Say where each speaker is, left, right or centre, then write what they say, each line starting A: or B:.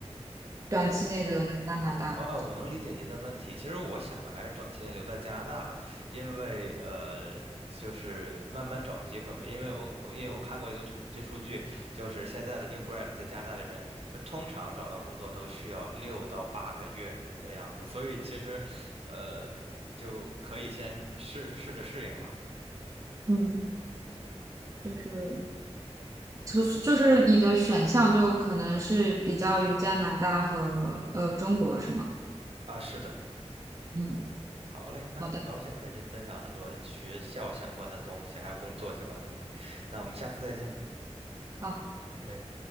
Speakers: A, on the right; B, on the right.
A: 短期内留在加拿大？
B: 我啊，我能理解您的问题。其实我想的还是短期内留在加拿大吧，因为呃，就是慢慢找机会嘛。因为我我因为我看过一组统计数据，就是现在的 new grad 在加拿大这边，就通常找到工作都需要六到八个月的样子，所以其实呃，就可以先试试着适应吧。
A: 嗯，就是就是就是你的选项就可能是比较于加拿大和呃中国，是吗？
B: 啊，是的。
A: 嗯，
B: 好嘞，那很高兴和您分享了很多学校相关的东西，
A: 好的。
B: 还有工作相关的东西。那我们下次再见。
A: 好，
B: 好嘞。